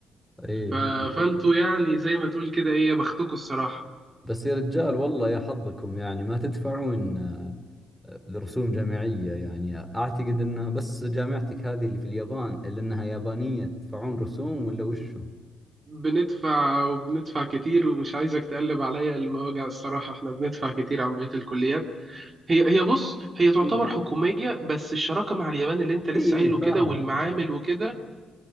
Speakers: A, in the centre; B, on the right.
A: ايه
B: ف...
A: إيه.
B: فانتوا يعني زي ما تقول كده ايه يا بختكوا الصراحة
A: بس يا رجال والله يا حظكم يعني ما تدفعون آه، رسوم جامعية يعني اعتقد انها بس جامعتك هذه اللي في اليابان اللي انها يابانية تدفعون رسوم ولا وشو؟
B: بندفع وبندفع كتير ومش عايزك تقلب عليا المواجع الصراحة احنا بندفع كتير عن بقية الكليات هي هي بص هي تعتبر
A: اي
B: حكومية بس الشراكة مع اليابان اللي انت لسه
A: اي
B: قايله كده
A: فاهمك
B: والمعامل وكده